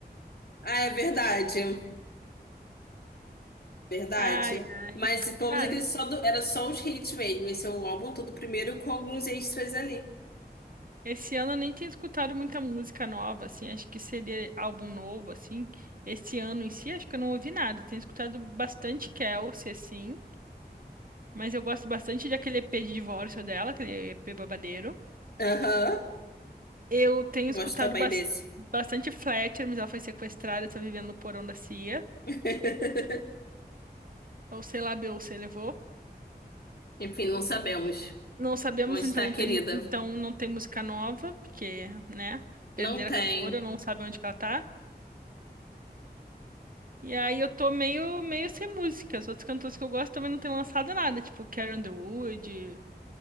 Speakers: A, on the left; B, on the right.
A: Ah, é verdade. Verdade.
B: Ai,
A: Mas pelo
B: cara.
A: menos aquele só do- era só os hits mesmo. Esse é o álbum todo primeiro com alguns extras ali.
B: Esse ano eu nem tenho escutado muita música nova, assim, acho que seria álbum novo, assim. Esse ano em si, acho que eu não ouvi nada. Eu Tenho escutado bastante Kelsey, assim, mas eu gosto bastante daquele EP de divórcio dela, aquele EP babadeiro.
A: Aham,
B: Eu tenho
A: gosto
B: escutado
A: também
B: bas-
A: desse.
B: bastante Fletcher, mas ela foi sequestrada, está vivendo no porão da CIA.
A: <laughs>
B: Ou sei lá, Beyoncé levou.
A: Enfim, não sabemos
B: Não sabemos,
A: onde
B: então
A: está a
B: não
A: querida.
B: tem, mu- então não tem música nova, porque, né, perder
A: Não tem.
B: a cantora, não sabe onde que ela tá. E aí eu tô meio, meio sem música. Os outros cantores que eu gosto também não têm lançado nada, tipo Carrie Underwood.